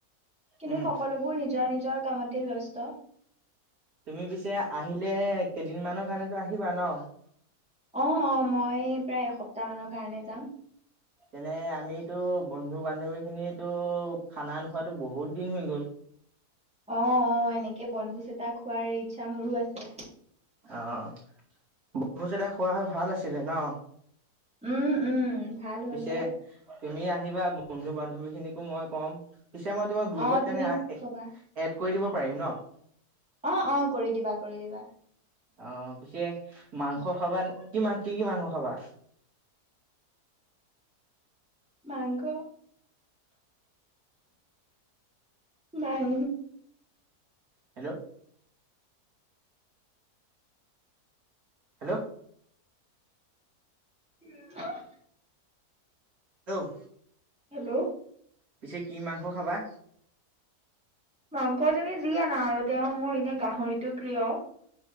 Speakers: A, in the centre; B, on the right.
A: কিন্তু,
B: উম।
A: সকলোবোৰ নিজৰ নিজৰ কামতেই ব্যস্ত।
B: তুমি পিছে আহিলে কেইদিনমানৰ কাৰণেটো আহিবা ন'?
A: অ অ মই প্ৰায় এসপ্তাহ মানৰ কাৰণে যাম।
B: তেনে, আমিটো বন্ধু -বান্ধৱী খিনিয়েটো খানা নোখোৱাটো বহুত দিন হৈ গ'ল।
A: অঁ, অঁ এনেকে বনভোজ এটা খোৱাৰ ইচ্ছা মোৰো আছে।
B: অঁ, ভোজ এটা খোৱা হ'য় ভাল আছিলে ন'?
A: উম উম ভাল হ'ল
B: পিছে
A: হয়
B: তুমি আহিবা বন্ধু বান্ধৱী খিনিকো মই কম। পিছে মই তোমাক গ্ৰুপত
A: অ তুমি
B: তেনে এ
A: কবা
B: এড কৰি দিব পাৰিম ন'?
A: অঁ অঁ কৰি দিবা, কৰি দিবা।
B: অঁ, পিছে মাংস খাবা নে, কি মাং, কি কি মাংস খাবা?
A: মাংস নাই
B: হেল্ল'! Hello
A: <inaudible>
B: hello!
A: হেল্ল'!
B: পিছে কি মাংস খাবা?
A: মাংস তুমি যি আনা আৰু তেওঁ মোৰ এনে গাহৰিটো প্ৰিয়।